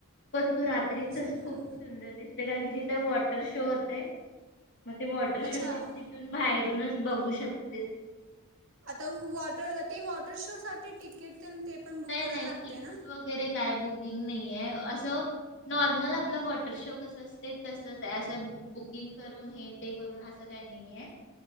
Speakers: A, on the left (about 55°); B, on the right (about 60°).
A: पण तू रात्रीचच
B: शनिवार
A: खूप सुंदर दिसते कारण की तिथे वॉटर शो होतय म वॉटर
B: अच्छा
A: शो ती तिथून बाहेर बाहेरूनच बघू शकतेस
B: आता वॉटर, ते वॉटर शो साठी तिकीट चल ते पण बुक
A: नाही
B: करायला
A: नाही
B: लागतय
A: तिकीट
B: ना?
A: वगैरे काय बुकिंग, नाहीये असं नॉर्मल आपला वॉटर शो कस असते तसच, अस बुकिंग करून हे ते करून असं काय नाहीये